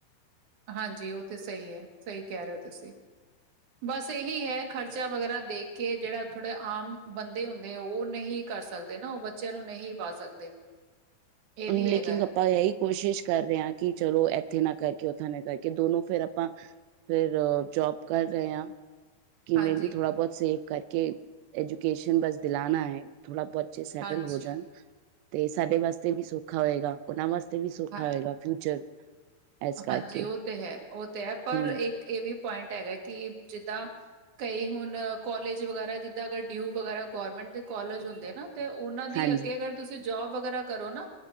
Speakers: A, on the right; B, on the right.
A: ਹਾਂਜੀ ਉਹ ਤੇ ਸਹੀ ਹੈ ਸਹੀ ਕਹਿ ਰਹੇ ਹੋ ਤੁਸੀਂ ਬਸ ਇਹੀ ਹੈ ਖ਼ਰਚਾ ਵਗੈਰਾ ਦੇਖ ਕੇ ਜਿਹੜਾ ਥੋੜਾ ਆਮ ਬੰਦੇ ਹੁੰਦੇ ਉਹ ਨਹੀਂ ਕਰ ਸਕਦੇ ਨਾ ਉਹ ਬੱਚਿਆਂ ਨੂੰ ਨਹੀਂ ਪਾ ਸਕਦੇ ਇਹ ਵੀ ਹੈਗਾ
B: ਲੇਕਿੰਗ
A: ਹੈ।
B: <unintelligible> ਆਪਾਂ ਇਹੀ ਕੋਸ਼ਿਸ਼ ਕਰ ਰਹੇ ਹਾਂ ਕਿ ਚਲੋ ਇੱਥੇ ਨਾ ਕਰਕੇ ਓਥੇ ਨਾ ਕਰਕੇ ਦੋਨੋ ਫੇਰ ਆਪਾਂ ਫਿਰ ਜੋਬ ਕਰ ਰਹੇ ਹਾਂ ਕਿਵੇਂ
A: ਹਾਂਜੀ,
B: ਵੀ ਥੋੜਾ ਬਹੁਤ ਸੇਵ ਕਰਕੇ ਐਜੂਕੇਸ਼ਨ ਬਸ ਦਿਲਾਨਾ ਹੈ। ਥੋੜਾ ਬੱਚੇ ਸੈਟਲ
A: ਹਾਂਜੀ,
B: ਹੋ ਜਾਣ ਤੇ ਸਾਡੇ ਵਾਸਤੇ ਵੀ ਸੌਖਾ ਹੋਏਗਾ। ਉਹਨਾਂ ਵਾਸਤੇ ਵੀ ਸੌਖਾ
A: ਹਾਂ
B: ਹੋਏਗਾ ਫਿਊਚਰ ਇਸ ਕਰਕੇ
A: ਹਾਂਜੀ ਉਹ ਤੇ ਹੈ ਉਹ ਤੇ ਹੈ ਪਰ
B: ਹਮ
A: ਇੱਕ ਇਹ ਵੀ ਪੁਆਇੰਟ ਹੈਗਾ ਕਿ ਜਿੱਦਾਂ ਕਈ ਹੁਣ ਕੋਲਜ ਵਗੈਰਾ ਜਿੱਦਾਂ ਅਗਰ ਡਿਊ ਵਗੈਰਾ ਗੌਰਮੈਂਟ ਦੇ ਕੋਲਜ ਹੁੰਦੇ ਨਾ ਤੇ ਉਹਨਾਂ ਦੀ
B: ਹਾਂਜੀ
A: ਅੱਗੇ ਅਗਰ ਤੁਸੀਂ ਜੋਬ ਵਗੈਰਾ ਕਰੋ ਨਾ